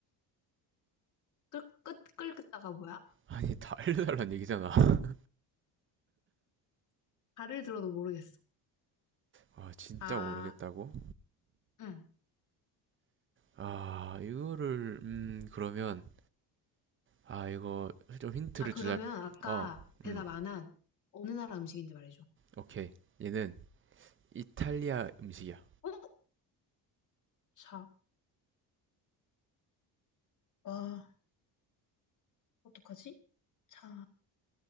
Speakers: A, on the left; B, on the right.
A: 끌, 끝, 끌긋다가 뭐야?
B: 아니, 다 알려달라는 얘기잖아. <laughs>
A: 발을 들어도 모르겠어.
B: 아, 진짜
A: 아,
B: 모르겠다고?
A: 응.
B: 아, 이거를, 음, 그러면, 아, 이거 좀 힌트를
A: 아, 그러면
B: 주자.
A: 아까
B: 어,
A: 대답
B: 음,
A: 안 한 어느 나라 음식인지 말해줘.
B: 오케이. 얘는 이탈리아 음식이야.
A: 어? 자, 와, 어떡하지? 자,